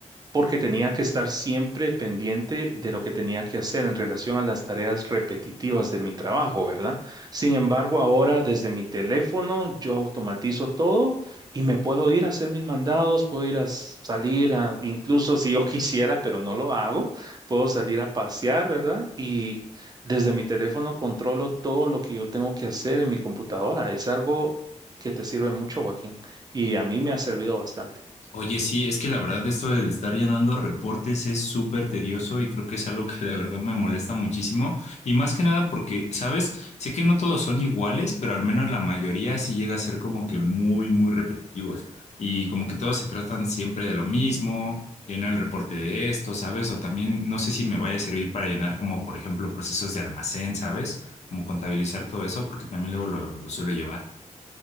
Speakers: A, on the right; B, on the left.
A: porque tenía que estar siempre pendiente de lo que tenía que hacer en relación a las tareas repetitivas de mi trabajo, ¿verdad? Sin embargo, ahora desde mi teléfono yo automatizo todo y me puedo ir a hacer mis mandados, puedo ir a s- salir a, incluso si yo <laughs> quisiera, pero no lo hago, puedo salir a pasear, ¿verdad? Y desde mi teléfono controlo todo lo que yo tengo que hacer en mi computadora. Es algo que te sirve mucho, Joaquín, y a mí me ha servido bastante.
B: Oye, sí, es que la verdad esto de estar llenando reportes es súper tedioso y creo que es algo que la verdad me molesta muchísimo. Y más que nada porque, ¿sabes? Sé que no todos son iguales, pero al menos la mayoría sí llega a ser como que muy, muy repetitivos. Y como que todos se tratan siempre de lo mismo, llenar el reporte de esto, ¿sabes? O también no sé si me vaya a servir para llenar como, por ejemplo, procesos de almacén, ¿sabes? Como contabilizar todo eso, porque también luego lo, lo suelo llevar.